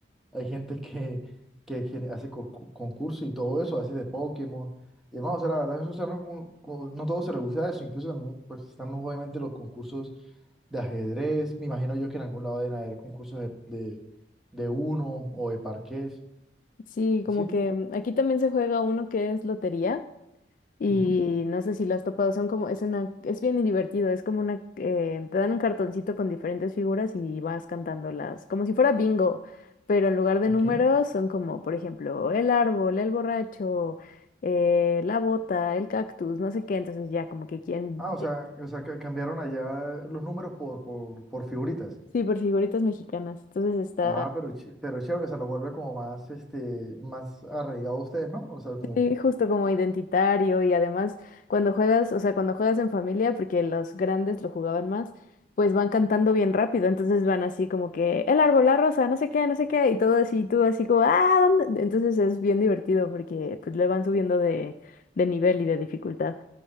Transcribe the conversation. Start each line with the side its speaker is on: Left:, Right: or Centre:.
Centre: Hay gente que, que, gen- hace co- co- concursos y todo eso, hace de Pokémon. Y demás, o sea, la verdad, eso, o sea, no, como- como- no todo se reduce a eso. Incluso también, pues, están obviamente los concursos de ajedrez. Me imagino yo que en algún lado deben haber concursos de, de, de uno o de parqués.
Left: Sí, como
Centre: ¿Sí?
Left: que mm, aquí también se juega uno que es lotería y
Centre: Ujú,
Left: no sé si lo has topado, son como, es una, es bien divertido, es como una, eh, te dan un cartoncito con diferentes figuras y vas cantándolas, como si fuera bingo, pero en lugar de
Centre: Ok.
Left: números son como, por ejemplo, el árbol, el borracho eh, la bota, el cactus, no sé qué, entonces ya como que quién,
Centre: Ah, o sea, o sea, que cambiaron allá los números por, por, por figuritas.
Left: Sí, por figuritas mexicanas. Entonces está
Centre: Ah, pero, ch- pero chévere, o sea, los vuelve como más, este, más arraigados ustedes, ¿no? O sea, como
Left: sí, justo como identitario y además cuando juegas, o sea, cuando juegas en familia, porque los grandes lo jugaban más, pues van cantando bien rápido. Entonces van así como que el árbol, la rosa, no sé qué, no sé qué, y todo así, tú así como, ah, ¿dónde? Entonces es bien divertido porque pues le van subiendo de, de nivel y de dificultad.